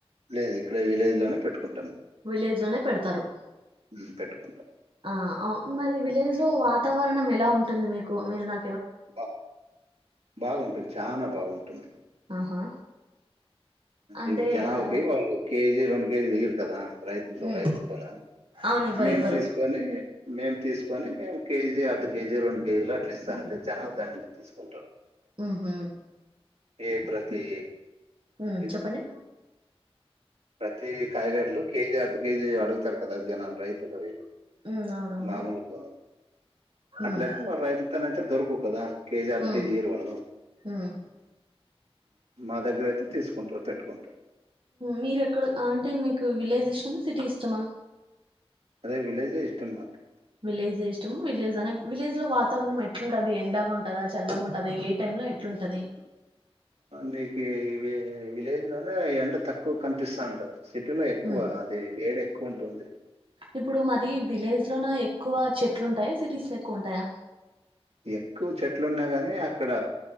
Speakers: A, on the right; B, on the right.
A: లేదు ఇక్కడే విలేజ్ లోనే పెట్టుకుం
B: విలేజ్ లోనే పెడతారు
A: హ్మ్ పెట్టుకుంటా
B: ఆ అవ్ మరి విలేజ్ లో వాతావరణం ఎలా ఉంటుంది మీకు మీరు నా
A: బా బాగుంటుంది చానా బాగుంటుంది
B: ఆహా అంటే
A: ఇప్పుడు జనాలకి
B: ఆ
A: వాళ్ళు కేజీ రెండు కేజీలు ఈరు కదా రైతులతో
B: ఉమ్
A: రైతులతోన
B: అవును ఇవ్వరు
A: మేము
B: ఇవ్వరు
A: తీసుకొని మేము తీస్ కొని మేము కేజీ అర్ధ కేజీ రెండు కేజీలు అట్ల ఇస్థాంటే జనాలు దండిగా తీసుకుంటారు
B: హ్మ్ హు
A: ఏ ప్రతి
B: ఉమ్
A: ఇది
B: చెప్పండి
A: ప్రతి కాయగడ్లు కేజి అర్ధ కేజి అడుగుతారు కదా జనా రైతులు
B: ఉమ్ అవునవును
A: మాముూలుగా
B: ఉమ్
A: అట్లైయితే రైతు తన <unintelligible> కదా ఏ జాతికే
B: ఉమ్
A: <unintelligible> ఉండవ్
B: ఉమ్
A: మా దగ్గర అయితే తీసుకుంటారు, పెట్టుకుంటారు
B: మీరెక్కడ అంటే మీకు విలేజ్ ఇష్టమా సిటీ ఇష్టమా
A: అదే విలేజే ఇష్టం మాకు
B: విలేజే ఇష్టం విలేజ్ అనే విలేజ్ లో వాతావరణం ఎట్లుంటది? ఎండగా ఉంటదా, చల్లగా ఉంటది, ఏ టైమ్ లో ఎట్లుంటది
A: నీకు విలేజ్ లోనే ఎండ తక్కువ కనిపిస్తాంటది సిటీలో ఎక్కువ
B: ఉమ్
A: అదే వేడి ఎక్ క్కువుంటుంది
B: ఇప్పుడు మరి విలేజ్ లోన ఎక్కువ చెట్లు ఉంటాయా? సిటీస్ లో ఎక్కువ ఉంటాయా?
A: ఎక్కువ చెట్లున్నాయి గాని అక్కడ